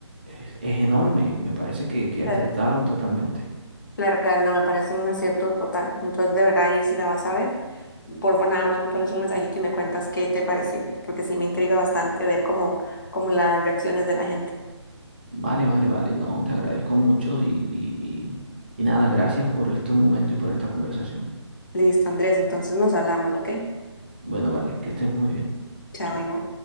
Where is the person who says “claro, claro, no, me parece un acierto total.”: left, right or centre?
Left